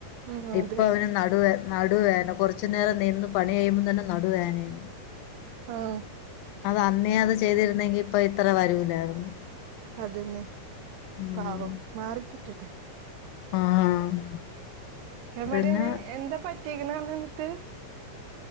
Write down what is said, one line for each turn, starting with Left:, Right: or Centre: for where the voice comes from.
Right: ഉം അതെ
Left: ഇപ്പൊ അവന് നടുവ നടുവേന കുറച്ചു നേരം നിന്ന് പണി കഴുമ്പോം തന്നെ നടുവേനായിരുന്നു
Right: ആഹ്
Left: അത് അന്നേ അത് ചെയ്തിരുന്നെങ്കി ഇപ്പൊ ഇത്ര വരൂലായിരുന്നു
Right: അതന്നെ
Left: ഉം
Right: പാവം മാറിക്കിട്ടട്ടെ
Left: ആ <unintelligible>
Right: എമ്മടനെ
Left: പിന്നെ
Right: എന്താ പറ്റക്കണ പറഞ്ഞ് ന്നിട്ട്